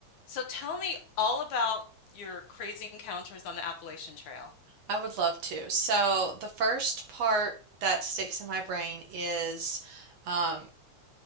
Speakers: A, on the left; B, on the right.
A: So tell me all about your crazy encounters on the Appalachian Trail.
B: I would love to. So the first part that sticks in my brain is um,